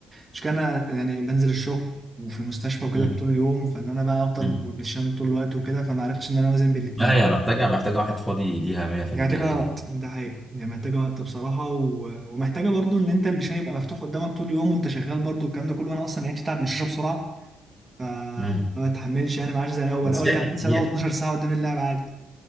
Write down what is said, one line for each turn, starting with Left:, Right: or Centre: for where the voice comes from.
Right: مش كان أنا يعني بنزل الشغل وفي المستشفى وكده
Centre: امم
Right: طول اليوم فان انا بقى افضل
Centre: امم
Right: والبشام طول الوقت وكده فما عرفتش ان انا اوازن بين الاثنين
Centre: لا هي محتاجة محتاجة واحد فاضي ليها 100%
Right: يعني محتاجه
Centre: يعني
Right: وقت ده حقيقي يعني محتاجه وقت بصراحه و... ومحتاجه برضو ان انت البشام يبقى مفتوح قدامك طول اليوم وانت شغال برضو الكلام ده كله وانا اصلا يعني بتتعب من الشاشه بسرعه فما
Centre: امم
Right: بتحملش يعني ما عادش زي الاول
Centre: بس
Right: الاول
Centre: هي
Right: كان عندي ساعه
Centre: هي
Right: 12 ساعه قدام اللعب عادي